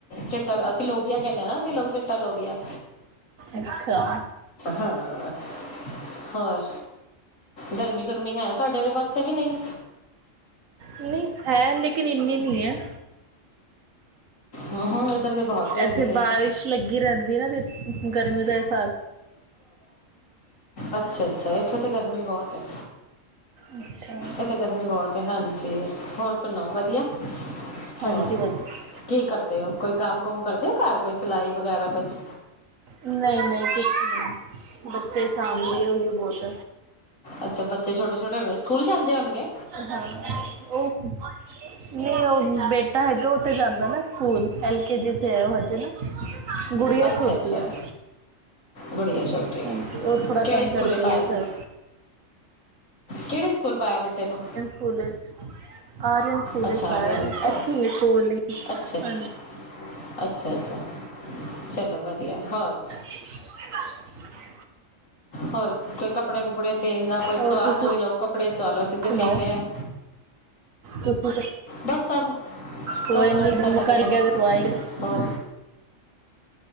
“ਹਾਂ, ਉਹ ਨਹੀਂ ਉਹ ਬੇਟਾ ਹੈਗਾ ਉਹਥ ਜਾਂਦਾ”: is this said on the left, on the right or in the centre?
Right